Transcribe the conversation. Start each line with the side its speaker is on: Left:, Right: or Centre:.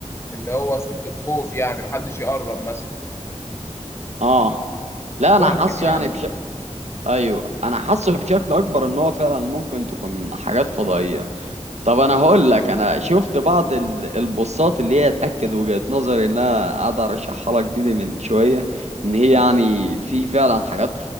Left: اللي هو صورة الخوف يعني محدش يقرب مثلا
Right: آه لا
Left: ممكن
Right: أنا حاسه
Left: يعني
Right: يعني بش... أيوه أنا حاسه بشكل أكبر إن هو فعلا ممكن تكون حاجات فضائية طب انا هقول لك انا شفت بعض ال- البوستات اللي هي تاكد وجهة نظري اللي انا قاعد ارشحها لك دي, دي من شويه ان هي يعني في فعلا حاجات